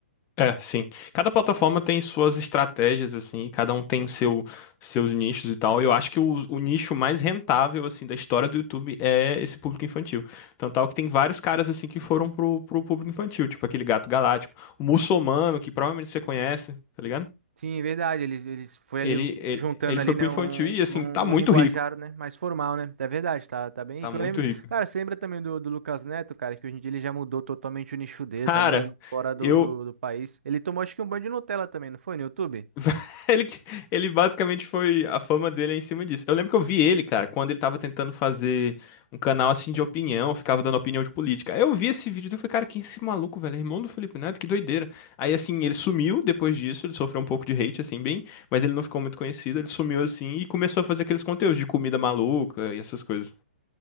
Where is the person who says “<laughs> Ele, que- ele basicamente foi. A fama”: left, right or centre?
Left